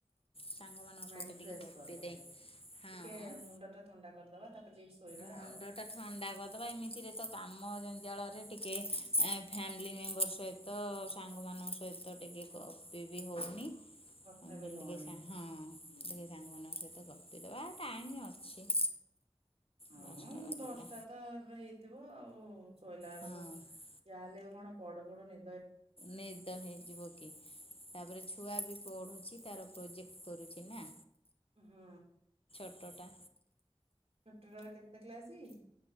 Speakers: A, on the left (about 55°); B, on the right (about 60°).
A: ସାଙ୍ଗମାନାନଙ୍କ
B: ମାଇଣ୍ଡ
A: ସହିତ ଟିକେ
B: ଫ୍ରେଶ
A: ଗପି
B: କରିଦବା
A: ଦେ
B: ଟିକେ।
A: ହଁ।
B: ଟିକେ ମୁଣ୍ଡ ଥଣ୍ଡା କରିଦବା। ତାପରେ ଯାଇକି ଶୋଇବା
A: ମୁଣ୍ଡ
B: ଆଉ।
A: ଟା ଥଣ୍ଡା କରିଦବା ଏମିତିରେ ତ କାମ ଜଞଜାଳ। ଟିକେ ଫ୍ୟାମିଲି ମେମ୍ବର ସହିତ ସାଙ୍ଗ ମଙ୍କ ସହିତ ଟିକେ ଗପି ବିହେଉ କନି ଟିକେ
B: କଥା ବି ହଉନି।
A: ହଁ
B: ହୁଁ,
A: ଟିକେ ସାଙ୍ଗମାନଙ୍କ ସହିତ ଗପି ଦେବା ଟାଇମ ଅଛି।
B: ହୁଁ
A: ଦଶଟା ବାଜିଲା
B: ଦଶଟା ତ ଏବେ ହେଇଥିବ ଆଉ। ଶୋଇଲା ବେଳକୁ
A: ହଁ
B: ଯା ହେେଲେ ବି କଣ ପଡୁ ପଡୁ ନି
A: ନିଦ ହେଇଯିବ କି ତାପରେ ଛୁଆ ବି ପଢୁଛି ତାର ପ୍ରୋଜେକ୍ଟ କରୁଛି ନା।
B: ହୁଁ।
A: ଟୋଟା।
B: ଛୋଟଟା ର କେତେ କ୍ଲାସ କି?